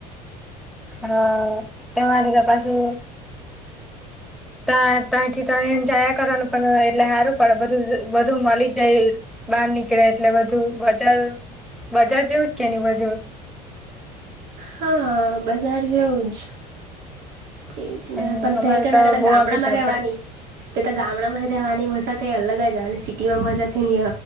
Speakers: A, in the centre; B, on the right.
A: હા તમારે તો પાછું તા તા થી તાય જાયા કરવાનું પણ એટલે સારું પડેું બધું મળી જાય બહાર નીકળે એટલે બધું બજાર બજાર જેવું જ કે ની બધું.
B: હા બજાર જેવું તેજ
A: હમ
B: ને પણ
A: અમારે
B: તે કતા
A: તો
B: કતા
A: બહુ
B: ગામડા
A: વાગે
B: માં
A: જવું
B: રહેવાની.
A: પડે
B: તે તો ગામડામાં રહેવાની મજા તો અલગ જ આવે સિટી માં મજા થી